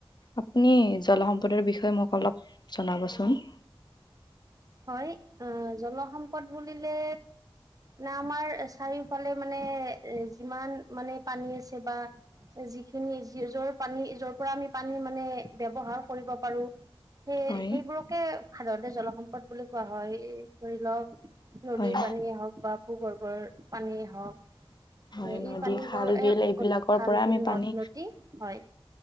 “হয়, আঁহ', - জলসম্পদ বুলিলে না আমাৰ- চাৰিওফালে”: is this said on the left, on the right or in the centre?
Right